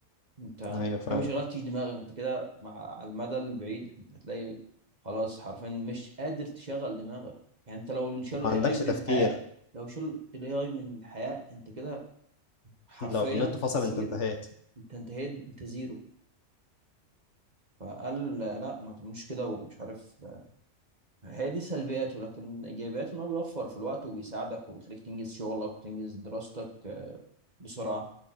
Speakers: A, on the right; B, on the left.
A: انت
B: ايوه فعلا
A: كده ما شغلتش دماغك انت كده مع على المدى البعيد انت هتلاقي خلاص حرفيا مش قادر تشغل دماغك يعني انت لو شالوا
B: ما
A: اي
B: عندكش
A: اي من
B: تفكير
A: الحياه لو شالوا الاي اي من الحياه انت كده حرفيا
B: لو النت فصل
A: زيرو
B: انت انتهيت
A: انت انتهيت انت زيرو فقال لا ما تعملوش كده ومش عارف هي دي سلبياته لكن ايجابياته ان هو بيوفر في الوقت وبيساعدك وبيخليك تنجز شغلك وتنجز دراستك آه، بسرعة